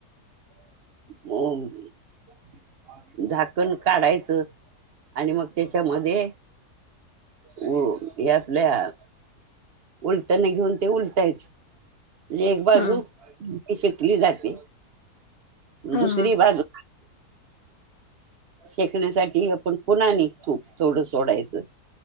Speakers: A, on the right (about 50°); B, on the left (about 65°).
A: ह. झाकण काढायचं आणि मग त्याच्यामध्ये... हो या आपल्या.. उलताणे घेऊन ते उलतायच. एक बाजू
B: हा
A: शेकली जाते
B: हा
A: दुसरी
B: हा
A: बाजू.. शेकण्यासाठी आपण पुन्हा आणि तूप थोडं सोडायचं.